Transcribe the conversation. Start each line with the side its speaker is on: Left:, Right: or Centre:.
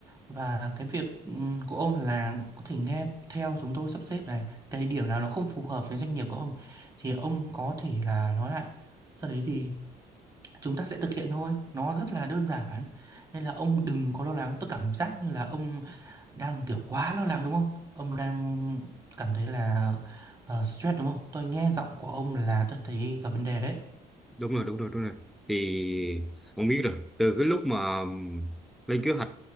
Right: Và cái việc ừm, của ông là có thể nghe theo chúng tôi sắp xếp này cái điểm nào nó không phù hợp với doanh nghiệp của ông thì ông có thể là nói lại sau đấy thì chúng ta sẽ thực hiện thôi nó rất là đơn giản nên là ông đừng có lo lắng tôi cảm giác như là ông đang kiểu quá lo lắng đúng không ông đang cảm thấy là ờ, stress đúng không tôi nghe giọng của ông là tôi thấy gặp vấn đề đấy
Centre: đúng rồi đúng rồi đúng rồi thì ông biết rồi từ cái lúc mà ừm, lên kế hoạch